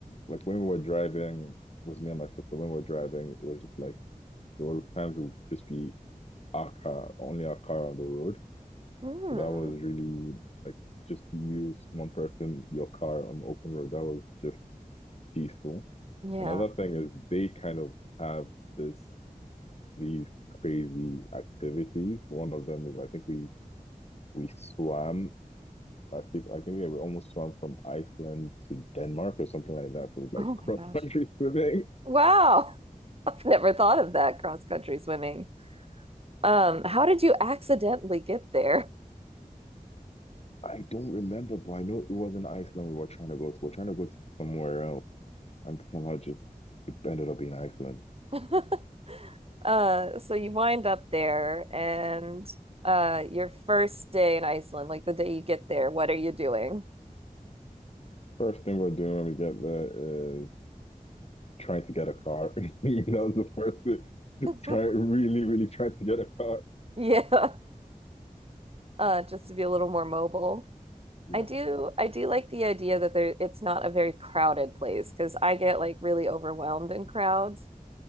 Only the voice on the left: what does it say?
like when we were driving, it was me and my sister. When we were driving, it was just like there were times it would just be our car, only our car on the road.
So that was really like just use one person, your car on the open road. That was just peaceful.
Another thing is they kind of have this these crazy activities. One of them is I think we we swam. I think I think yeah, we almost swam from Iceland to Denmark or something like that. So it was like
<laughs>
cross
country swimming.
I don't remember, but I know it wasn't Iceland we were trying to go to. We are trying to go to somewhere else, and somehow just it ended up being Iceland.
First thing we're doing when we get there is trying to get a car. <laughs> That was the first thing.
Try really, really trying to get a car.
Yes,